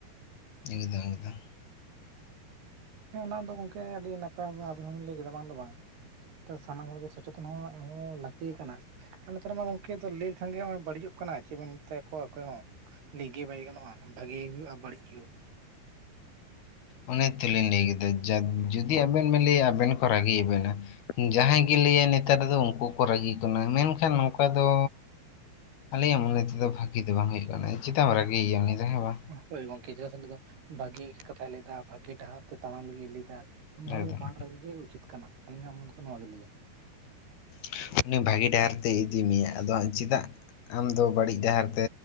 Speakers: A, on the left (about 70°); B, on the right (about 70°).
A: <unintelligible>
B: ᱦᱮᱸ ᱚᱱᱟ ᱫᱚ ᱜᱚᱝᱠᱮ ᱟᱹᱰᱤ ᱱᱟᱯᱟᱭ <unintelligible> ᱟᱹᱵᱤᱱ ᱦᱚᱸᱵᱤᱱ ᱞᱟᱹᱭ ᱠᱮᱫᱟ ᱵᱟᱝ ᱫᱚ ᱵᱟᱝ᱾ ᱥᱟᱱᱟᱢ ᱦᱚᱲᱜᱮ ᱥᱚᱪᱮᱛᱚᱱ ᱦᱚᱸ ᱮᱢ ᱦᱚᱸ ᱞᱟᱹᱠᱛᱤ ᱠᱟᱱᱟ᱾ ᱱᱮᱛᱟᱨ ᱢᱟ ᱜᱚᱝᱠᱮ ᱞᱟᱹᱭ ᱠᱷᱟᱱᱜᱮ ᱱᱚᱜᱚᱭ ᱵᱟᱹᱲᱤᱡᱚᱜ ᱠᱟᱱᱟ ᱪᱮᱫ ᱵᱤᱱ ᱢᱮᱛᱟ ᱠᱚᱣᱟ ᱚᱠᱚᱭ ᱦᱚᱸ ᱾ ᱞᱟᱹᱭ ᱜᱮ ᱵᱟᱭ ᱜᱟᱱᱚᱜᱼᱟ, ᱵᱷᱟᱜᱤ ᱦᱩᱭᱩᱜ ᱟᱨ ᱵᱟᱹᱲᱤᱡ ᱦᱩᱭᱩᱜ᱾
A: ᱚᱱᱮ ᱛᱮᱞᱤᱧ ᱞᱟᱹᱭ ᱠᱮᱫᱟ ᱠᱟᱜ ᱡᱩᱫᱤ ᱟᱵᱮᱱ ᱵᱮᱱ ᱞᱟᱹᱭᱟ ᱟᱵᱮᱱ ᱠᱚ ᱨᱟᱹᱜᱤ ᱟᱵᱤᱱᱟ ᱡᱟᱦᱟᱸᱭ ᱜᱮ ᱞᱟᱹᱟᱭ ᱱᱮᱛᱟᱨ ᱫᱚ ᱩᱱᱠᱩ ᱠᱚ ᱨᱟᱹᱜᱤᱜ ᱠᱟᱱᱟ ᱢᱮᱱᱠᱷᱟᱱ ᱱᱚᱝᱠᱟ ᱫᱚ ᱟᱹᱞᱤᱧᱟᱜ ᱢᱚᱱᱮ ᱛᱮᱫᱚ ᱵᱷᱟᱹᱜᱤ ᱫᱚ ᱵᱟᱝ ᱦᱩᱭᱩᱜ ᱠᱟᱱᱟ ᱪᱮᱜᱟᱜ ᱮᱢ ᱨᱟᱹᱜᱤᱭᱟᱭᱟ ᱩᱱᱤ ᱫᱚ ᱦᱮᱸ ᱵᱟᱝ
B: ᱦᱳᱭ ᱜᱚᱝᱠᱮ ᱪᱮᱫᱟᱜ ᱥᱮ ᱱᱤᱛᱚᱜ ᱫᱚ ᱵᱷᱟᱹᱜᱤ ᱠᱟᱛᱷᱟᱭ ᱞᱟᱹᱭᱮᱫᱟ, ᱵᱷᱟᱹᱜᱤ ᱰᱟᱦᱟᱨ ᱛᱮ ᱛᱟᱲᱟᱢ ᱞᱟᱹᱜᱤᱫ ᱮ ᱞᱟᱹᱭᱮᱫᱟ᱾ ᱩᱱᱤ ᱦᱚᱲ
A: ᱮᱠᱫᱚᱢ
B: ᱫᱚ ᱵᱟᱝ ᱨᱟᱹᱜᱤ ᱜᱮ ᱩᱪᱤᱛ ᱠᱟᱱᱟ ᱟᱹᱞᱤᱧᱟᱜ ᱢᱚᱱᱮ ᱫᱚ ᱱᱚᱣᱟ ᱜᱮ ᱞᱟᱹᱭᱟᱭ ᱾
A: <unintelligible> ᱩᱱᱤ ᱵᱷᱟᱹᱜᱤ ᱰᱟᱦᱟᱨ ᱛᱮᱭ ᱤᱫᱤ ᱢᱮᱭᱟ᱾ ᱟᱫᱚ ᱦᱟᱸᱜ ᱪᱮᱫᱟᱜ ᱟᱢᱫᱚ ᱵᱟᱹᱲᱤᱡ ᱰᱟᱦᱟᱨ ᱛᱮ